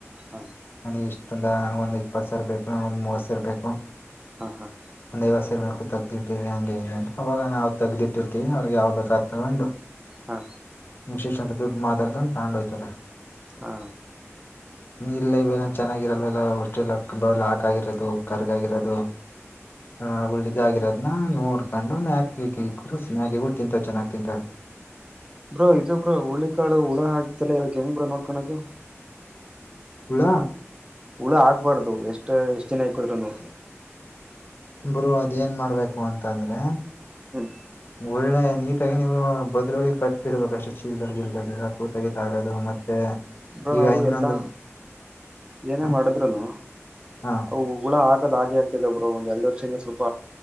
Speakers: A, on the right; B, on the left.
A: ಹ
B: ನನಗ್ ಇಷ್ಟೊಂದ ನನ್ಗ ಒಂದ್ ಇಪ್ಪತ್ತು ಸಾವಿರ ಬೇಕು ನನ ಒಂದ್ ಮೂವ ಸಾವಿರ ಬೇಕು
A: ಹಾ ಹಾ
B: ದೇವಸ ಇರ್ ಬು ತೆಗ್ದಿಟ್ಟಿರಿ ಹಂಗೆ ಹಿಂಗೆ ಅಂತ ಅವಾಗ ನಾವವು ತಗ್ದಿಟ್ಟಿರ್ತಿವಿ ಅವ್ರಿಗೆ ಯಾವ್ ಬೇಕ ಅ ತಗೊಂಡು
A: ಹಾ
B: ವಿಶೇಷ ಅಂತ ದುಡ್ಡು ಮಾತಾಡ್ಕೊಂಡು ತಗೊಂಡುಯ್ತಾರೆ.
A: ಹಾ
B: ಇಲ್ಲ ಇವನ್ ಚೆನ್ನಾಗಿರಲ್ವಲ್ಲಷ್ಟೆ ಬ ಹಾಕ ಆಗಿರೋದು ಕರ್ಗಾಗಿರೋದು ಹಾ ಒಳ್ಳಿದಾಗಿರತ್ ನೋಡ್ಕೊಂಡು ಮಕ ಸ್ನಕಿಗಳು ತಿಂತಾವ ಚೆನ್ನಾಗ್ ತಿಂತಾವ
A: ಬ್ರೋ ಇದು ಬ್ರೋ ಹುಳ್ಳಿ ಕಾಳು ಹುಳ ಆಗತ್ತಲ್ಲಾ ಇವಾಗ ಹೆಂಗ್ ಬ್ರೋ ನೋಡ್ಕೊಳದು.
B: ಹುಳ
A: ಹುಳ ಆಗ್ಬಾರ್ದು ಎಷ್ಟ ಎಷ್ಟ್ ದಿನ ಇಕ್ಕಿದ್ರೂನು
B: ಬರು ಅದ ಏನ್ ಮಾಡ್ಬೇಕು ಅಂತ ಅಂದ್ರೆ
A: ಹ್ಮ್
B: ಒಳ್ಳೆ ನೀಟಾಗಿ ನೀವು ಬದ್ರಗೆ ಕಟ್ಬಡ್ಬೇಕ ಅಷ್ಟೆ ಚೀಲ್ದಲ್ಲಿ ಗಿಲ್ದಲ್ಲಿಲ್ಲ ತೂತಗತ ಆಗೋದು ಮತ್ತೆ
A: ಬ್ರ
B: ಈಗ
A: ನಾವು
B: ಇನ್ನೊಂದು
A: ಎಲ್ಲಾ ಏನೇ
B: ಹ
A: ಮಾಡಿದ್ರುನು
B: ಹಾ
A: ಅ ಹುಳ ಹಾಕ ಹಾಗೆ ಆಗ್ತಿದೆ ಬ್ರೋ ಒಂದ್ ಎರಡು ವರ್ಷದಿಂದ ಸ್ವಲ್ಪ